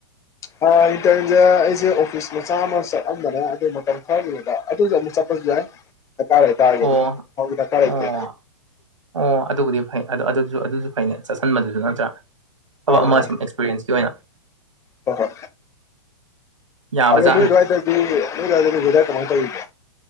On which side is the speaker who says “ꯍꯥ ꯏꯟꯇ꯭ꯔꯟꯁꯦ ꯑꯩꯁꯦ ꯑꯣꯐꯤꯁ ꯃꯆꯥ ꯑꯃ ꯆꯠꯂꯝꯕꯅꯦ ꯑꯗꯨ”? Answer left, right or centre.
Left